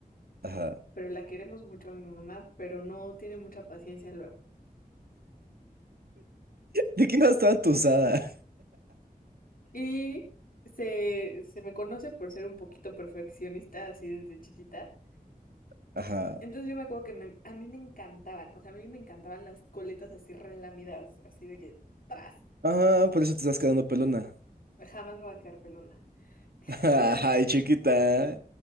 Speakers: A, on the right; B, on the left.
A: Ajá.
B: pero la queremos mucho a mi mamá, pero no tiene mucha paciencia luego.
A: ¿De qué ibas toda tusada?
B: Y se, se me conoce por ser un poquito perfeccionista así desde chiquita.
A: <laughs> Ajá.
B: Entonces yo me acuerdo que me- a mí me encantaban, o sea, a mí me encantaban las coletas así relamidas, así de que, ¡tras!
A: Ah, por eso te estás quedando pelona.
B: Jamás me voy a quedar pelona. <laughs>
A: <laughs> Ay, chiquita.